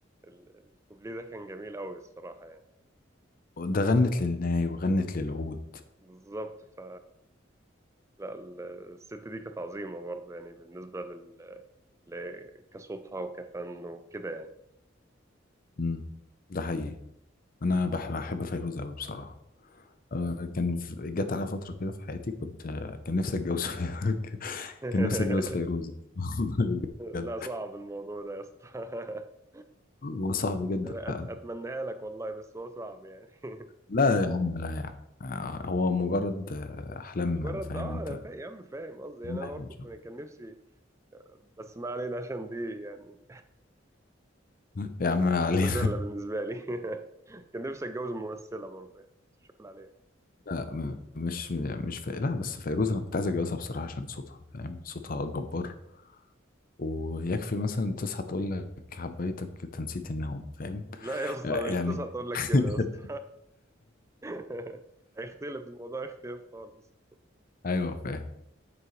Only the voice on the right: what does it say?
ال- الكوبليه ده كان جميل أوي الصراحة يعني
بالظبط ف لا ال- الست دي كانت عظيمة برضه يعني بالنسبة لل... ل- كصوتها وكفن وكده يعني
<laughs>
لا صعب الموضوع ده يا اسطى <laughs>
انا
أت- اتمناها لك والله بس هو صعب يعني <laughs>
مجرد
اه
انا فاهم يا عم فاهم قصدي
انا برضه
كان كان نفسي بس ما علينا عشان دي يعني
مزلة بالنسبة لي <laughs> كان نفسي اتجوز ممثلة برضه يعني بس مش هقول عليها
لا يا اسطى
مش تسعة تقول لك
كده يا اسطى <laughs> هيختلف الموضوع هيختلف خالص